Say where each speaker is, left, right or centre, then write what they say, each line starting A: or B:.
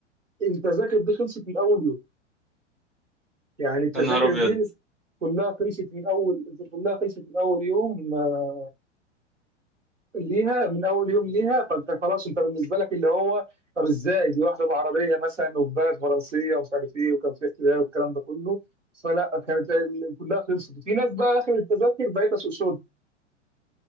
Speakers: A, on the right; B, in the centre.
A: التذاكر دي خلصت من اول يوم يعني التذاكر
B: يا نهار ابيض
A: دي كلها خلصت من اول كلها خلصت من اول يوم آه، ليها من اول يوم ليها فانت خلاص انت بالنسبه لك اللي هو طب ازاي دي واحده بعربيه مثلا وفي بلد فرنسيه ومش عارف ايه وكان في احتلال والكلام ده كله فلا كانت ال- كلها خلصت في ناس بقى اخر التذاكر بقيت اسوق سود